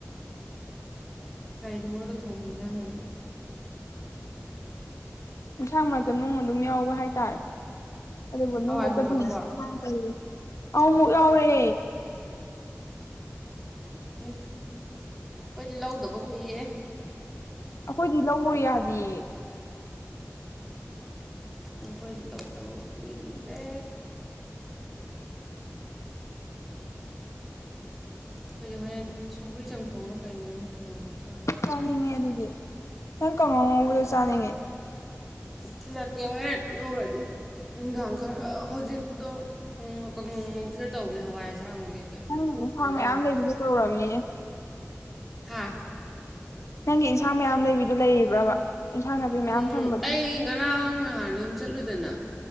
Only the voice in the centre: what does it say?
ꯀꯩ ꯅꯨꯡꯂꯛꯉꯥꯛꯇꯥ ꯊꯣꯡꯕ ꯏꯟꯖꯥꯡ ꯍꯥꯏꯗꯤ
ꯍꯋꯥꯏ
ꯊꯣꯡꯕꯗꯨꯕꯣ
ꯎꯝ ꯑꯈꯣꯏꯗꯤ ꯂꯧꯗꯕ ꯀꯨꯏꯌꯦ
ꯎꯡꯈꯣꯏꯒꯤ ꯂꯧ ꯇꯥꯕ ꯀꯨꯏꯔꯦ ꯈꯣꯏꯗꯤ ꯍꯣꯔꯦꯟ ꯁꯧꯒ꯭ꯔꯤ ꯆꯝꯊꯣꯡꯂ ꯀꯩꯅꯣꯝ ꯊꯣꯡꯉꯥ ꯆꯥꯔꯅꯤ
ꯊꯤꯜꯂꯛ ꯀꯦ ꯍꯣꯔꯦꯟ ꯉꯧꯔꯗꯤ ꯅꯨꯡꯗꯥꯡ ꯈꯔ ꯍꯧꯖꯤꯛꯇꯣ ꯎꯡꯉꯥ ꯀꯥꯡꯉꯧ ꯉꯧꯁꯤꯔꯥ ꯇꯧꯕꯅꯦ ꯍꯋꯥꯏ ꯑꯁꯥꯡꯕꯤ ꯀꯩꯀꯩ
ꯉꯔꯥꯡ
ꯍꯥꯥ
ꯎꯝ
ꯑꯩ ꯉꯔꯥꯡ ꯅꯍꯥꯟ ꯌꯨꯝ ꯆꯠꯂꯨꯗꯅ